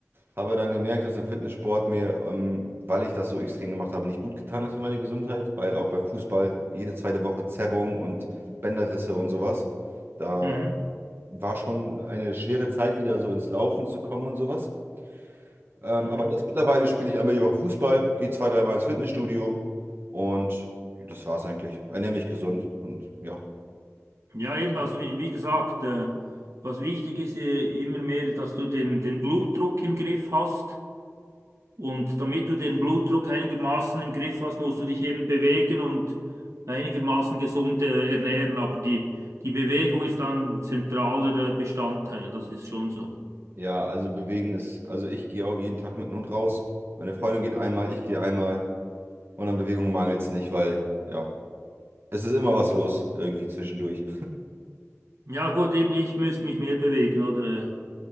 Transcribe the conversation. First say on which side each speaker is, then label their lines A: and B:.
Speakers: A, on the right; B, on the right.
A: Habe dann gemerkt, dass der Fitnesssport mir, ähm, weil ich das so extrem gemacht habe, nicht gut getan hat für meine Gesundheit, weil auch beim Fußball jede zweite Woche Zerrung und Bänderrisse und sowas. Da
B: mhm,
A: war schon eine schwere Zeit, wieder so ins Laufen zu kommen und sowas. Ähm,
B: mhm.
A: aber jetzt mittlerweile spiele ich einmal die Woche Fußball, gehe zwei, dreimal ins Fitnessstudio und das war's eigentlich. Ernähre mich gesund und ja.
B: Ja, eben, also wie, wie gesagt, äh, was wichtig ist äh, immer mehr, dass du den, den Blutdruck im Griff hast. Und damit du den Blutdruck einigermaßen im Griff hast, musst du dich eben bewegen und einigermaßen gesund äh, ernähren. Aber die, die Bewegung ist dann zentraler äh, Bestandteil, das ist schon so.
A: Ja, also bewegen ist, also ich gehe auch jeden Tag mit dem Hund raus. Meine Freundin geht einmal, ich gehe einmal und an Bewegung mangelt es nicht, weil ja. Es ist immer was los, irgendwie zwischendurch.
B: Ja, gut, eben ich müsste mich mehr bewegen, oder? äh,